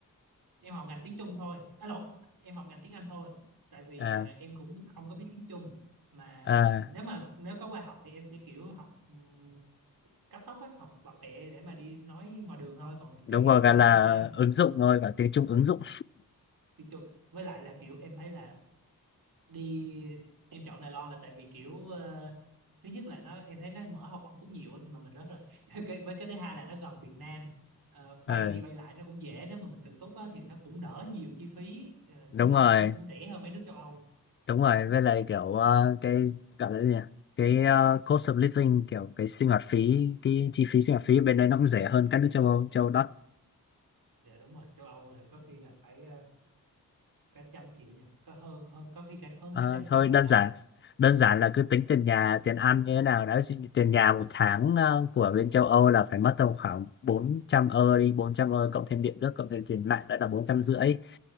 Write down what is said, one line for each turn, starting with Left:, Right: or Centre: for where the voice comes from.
Right: em học ngành tiếng Trung thôi à lộn em học ngành tiếng Anh thôi tại vì
Left: À,
Right: ờ, em cũng không có biết tiếng Trung mà
Left: à,
Right: nếu mà nếu có qua học thì em sẽ kiểu học um, cấp tốc á học bập bẹ để mà đi nói ngoài đường thôi còn
Left: đúng
Right: khi đi
Left: rồi
Right: học
Left: gọi
Right: vẫn là
Left: là
Right: tiếng Anh
Left: ứng dụng thôi, gọi tiếng Trung ứng dụng.
Right: tiếng Trung với lại là kiểu em thấy là đi em chọn Đài Loan là tại vì kiểu ờ, thứ nhất là nó em thấy nó mở học bổng cũng nhiều á nhưng mà mình rớt rồi <laughs> cái, với cái thứ hai là nó gần Việt Nam Ờ, bay
Left: Ờ,
Right: đi bay lại nó cũng dễ nếu mà mình tự túc á, thì nó cũng đỡ nhiều chi phí ờ, sinh
Left: đúng
Right: hoạt
Left: rồi,
Right: nó cũng rẻ hơn mấy nước châu Âu
Left: đúng rồi. Với lại kiểu ờ, cái gọi là gì nhỉ? Cái ờ, cost of living kiểu cái sinh hoạt phí, cái chi phí sinh hoạt phí bên đấy nó cũng rẻ hơn các nước châu Âu, châu Âu đất.
Right: dạ đúng rồi châu Âu là có khi là phải ờ, cả trăm triệu nhỉ có hơn hơn có khi cả hơn
Left: Ờ,
Right: cả trăm
Left: thôi
Right: triệu một
Left: đơn
Right: năm
Left: giản, đơn giản là cứ tính tiền nhà, tiền ăn như thế nào đó. Chứ Tiền nhà một tháng ờ, của bên châu Âu là phải mất tầm khoảng 400 ơ đi, 400 ơ cộng thêm điện nước cộng thêm tiền mạng đã là bốn trăm rưỡi